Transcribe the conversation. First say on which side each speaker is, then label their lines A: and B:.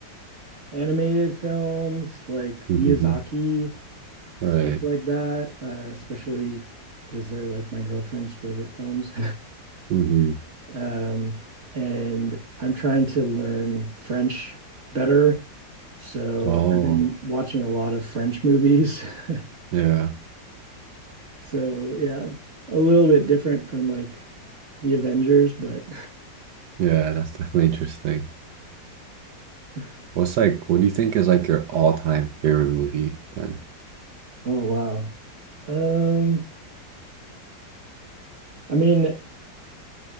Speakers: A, on the right; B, on the right.
A: animated films like
B: Mm-hmm.
A: Miyazaki. stuff
B: Right.
A: like that, uh, especially because they're like my girlfriend's favorite films.
B: Mm-hmm.
A: <laughs> um, and I'm trying to learn French better. So
B: Oh,
A: I've been watching a lot of French movies. <laughs>
B: yeah.
A: So yeah, a little bit different from like the Avengers, but
B: Yeah, that's definitely interesting.
A: <laughs>
B: What's like, what do you think is like your all-time favorite movie then?
A: oh wow. Um, I mean,